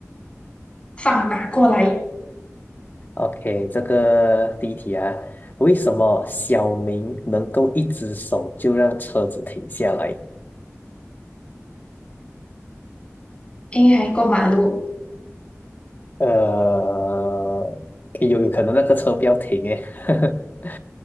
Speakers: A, on the left; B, on the left.
A: 放马过来，
B: OK，这个第一题啊，为什么小明能够一只手就让车子停下来？
A: 因为还过马路
B: 呃，有有可能那个车不要停诶，<laughs>